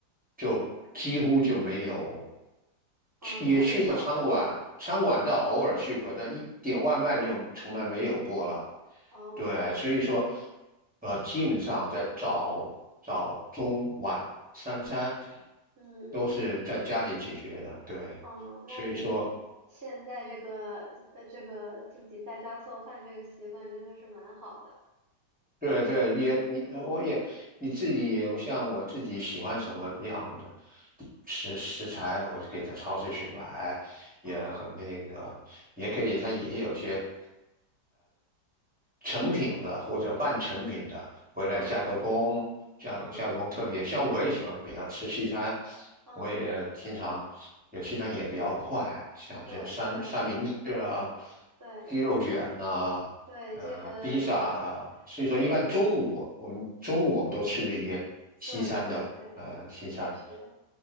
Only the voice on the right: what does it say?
哦，
就很少了，
是吧？
嗯，
哦。
嗯
哦，那您
现在这个呃这个自己在家做饭这个习惯真的是蛮好的。
嗯
嗯
嗯嗯
嗯，
对对对
对，
这个如果是
对
对对对，确实，